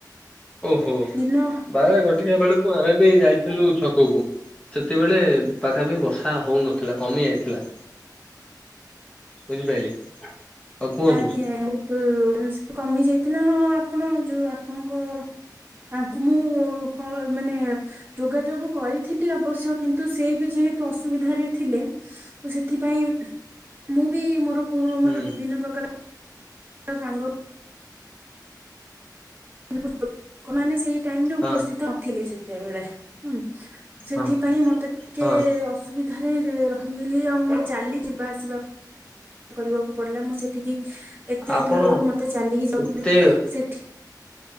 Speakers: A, on the left; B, on the right.
A: ଓହୋ
B: ଦିନ
A: ବାର ଘଟିକା ବେଳକୁ ଆମେ ବି ଯାଇଥିଲୁ ଛକକୁ। ସେତେବେଳେ ପାଖା ପାଖି ବର୍ଷା ହଉନଥିଲା କମି ଯାଇଥିଲା। ବୁଝିପାଇଲେ? ଆଉ କୁହନ୍ତୁ
B: ଆଜ୍ଞା ତୁ କମି ଯାଇଥିଲା ହଁ ଆପଣ ଯୋଉ ଆପଣଙ୍କ ତାଙ୍କୁ ମୁଁ କ ମାନେ ଯୋଗାଯୋଗ କରିଥିଲି ଅବଶ୍ୟ କି କିନ୍ତୁ ସେ ବି ଯେହେତୁ ଅସୁବିଧାରେ ଥିଲେ ସେଥିପାଇଁ ମୁଁ ବି ମୋର କଣ
A: ହୁଁ
B: ମୋର ବିଭିନ୍ନ ପ୍ରକାର ସାଙ୍ଗ ଲୋକମାନେ ସେଇ ଟାଇମରେ ଉପସ୍ଥିତ
A: ହଁ
B: ନଥିଲେ ସେତେବେଳେ ହୁଁ ସେଥିପାଇଁ
A: ହଁ
B: ମତେ ଟିକେ
A: ହଁ
B: ଅସୁବିଧାରେ ରହିଲି ଆଉ ମୁଁ ଚାଲି ଯିବା ଆସିବା କରିବାକୁ ପଡିଲା ମୁଁ ସେଠିକି ଏତେ
A: ଆପଣ
B: ଦୁରରୁ ମତେ ଚାଲିକି ଯିବାକୁ
A: ଏତେ
B: ପଡେ ସେଠି